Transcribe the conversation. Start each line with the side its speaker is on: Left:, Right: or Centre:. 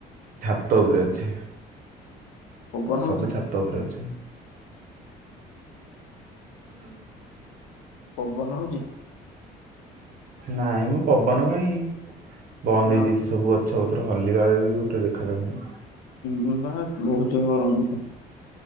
Right: ତ ଉପରେ ଅଛି।
Left: ପବନ
Right: ସବୁ
Left: ହଉଛି
Right: ଛାତ ଉପରେ ଅଛି। ହୁଁ।
Left: ପବନ ହଉଛି।
Right: ନାଇଁ ମ ପବନ କାହିଁ ବନ୍ଦ ହେଇଯାଇଛି
Left: ଆଉ
Right: ସବୁ ଅଛି ସବୁଠାରେ ହଲିଲା ବି ଗୋଟେ ଦେଖାାଯାଉନି।
Left: ହୁଁ ବା। ବହୁତ ଗରମ। ହଁ